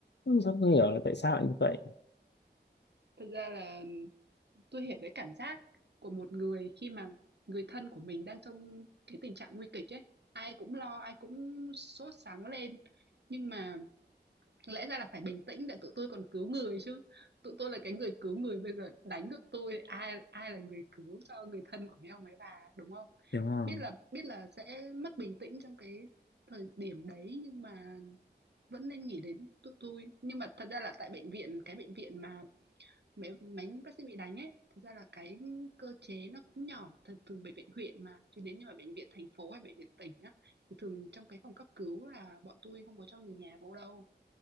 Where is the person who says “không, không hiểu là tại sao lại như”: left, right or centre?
Left